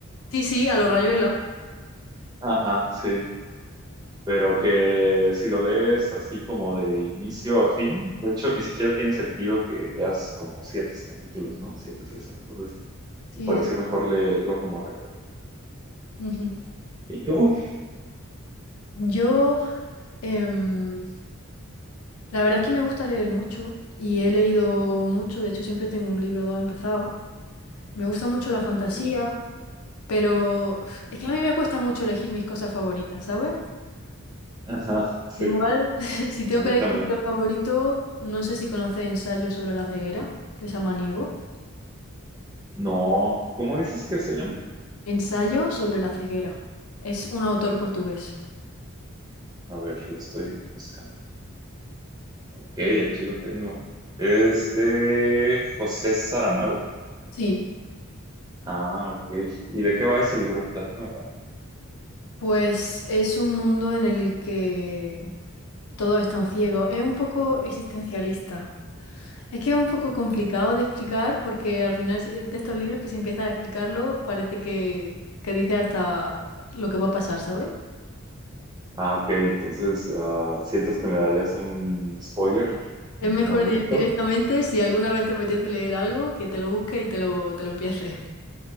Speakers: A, on the left; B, on the right.
A: Sí, sí, a lo Rayuela.
B: Ajá, sí. Pero que si lo lees así como de inicio a fin, de hecho ni siquiera tiene sentido que leas como ciertos capítulos, ¿no? Si haces eso. Entonces,
A: Sí,
B: me pareció
A: es.
B: mejor leerlo como rayón.
A: Ujú.
B: ¿Y tú?
A: Yo, em, la verdad es que me gusta leer mucho y he leído mucho. De hecho, siempre tengo un libro, o dos empezado. Me gusta mucho la fantasía,
B: Sí,
A: pero uf,
B: ujú.
A: es que a mí me cuesta mucho elegir mis cosas favoritas, ¿sabes?
B: Ajá, sí.
A: Igual, <laughs> si tengo
B: A mí
A: que elegir
B: también.
A: mi libro favorito, no sé si conoces Ensayo sobre la ceguera, de Samaniego.
B: No. ¿Cómo dices que se llama?
A: Ensayo sobre la ceguera. Es un autor portugués.
B: A ver, lo estoy buscando. Ok, aquí lo tengo. Es de José Saramago.
A: Sí,
B: Ah, ok. ¿Y de qué va ese libro? Platícame tantito.
A: pues es un mundo en el que todos están ciegos. Es un poco existencialista. Es que es un poco complicado de explicar porque al final si- de estos libros que si empiezas a explicarlo parece que, que dice hasta lo que va a pasar, ¿sabes?
B: Ah, ok. Entonces, ah, ¿sientes que me darías un spoiler?
A: Es
B: ¿Un
A: mejor
B: adelanto?
A: di- directamente, si alguna vez te apetece leer algo, que te lo busques y te lo, te lo empieces.